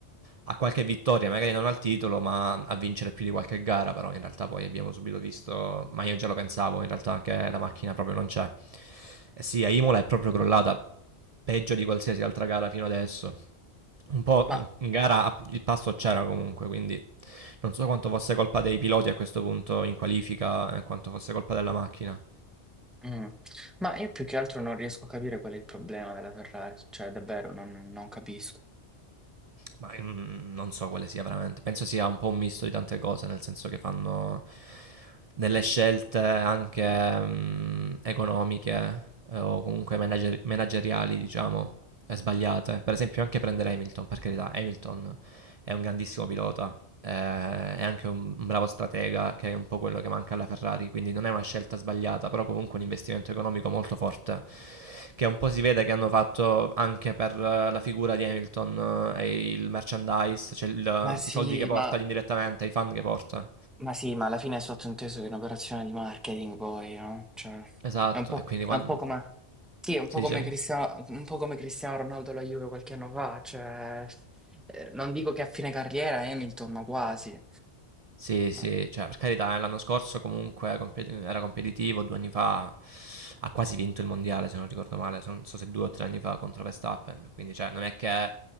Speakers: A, on the right; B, in the centre.
A: a qualche vittoria, magari non al titolo, ma a vincere più di qualche gara. Però in realtà poi abbiamo subito visto, ma io già lo pensavo, in realtà che la macchina proprio non c'è. E sì, a Imola è proprio crollata peggio di qualsiasi altra gara fino adesso un po'
B: Ma,
A: in, in gara il passo c'era comunque, quindi non so quanto fosse colpa dei piloti a questo punto in qualifica, eh, quanto fosse colpa della macchina.
B: mm, ma io più che altro non riesco a capire qual è il problema della Ferrari, cioè davvero non non capisco.
A: Ma mm, non so quale sia veramente. Penso sia un po' un misto di tante cose, nel senso che fanno delle scelte anche mm, economiche eh, o comunque manager- manageriali, diciamo, eh, sbagliate. Per esempio anche prendere Hamilton, per carità, Hamilton è un grandissimo pilota, eh, è anche un, un bravo stratega, che è un po' quello che manca alla Ferrari, quindi non è una scelta sbagliata, però comunque un investimento economico molto forte, che un po' si vede che hanno fatto anche per eh, la figura di Hamilton eh, e il merchandise, cioè il-
B: Ma sì,
A: i soldi che porta
B: ma,
A: indirettamente, i fan che porta.
B: ma sì, ma alla fine è sottointeso che è un'operazione di marketing poi, no? Cioè,
A: Esatto,
B: è un po',
A: e quindi quando...
B: è un po' come, sì, è un po'
A: Si
B: come
A: dicevi?
B: Cristiano, un po' come Cristiano Ronaldo alla Juve qualche anno fa, cioè, eh, non dico che a fine carriera è Hamilton, ma quasi.
A: Sì, sì,
B: No.
A: cioè per carità, eh, l'anno scorso comunque compet- era competitivo, due anni fa ha quasi vinto il mondiale, se non ricordo male, so- non so se due o tre anni fa contro Verstappen, quindi cioè, non è che